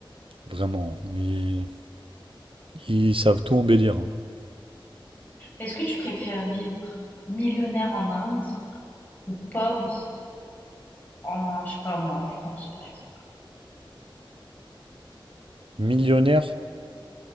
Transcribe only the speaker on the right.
vraiment. Ils, ils savent tout embellir. hein.
Millionnaire,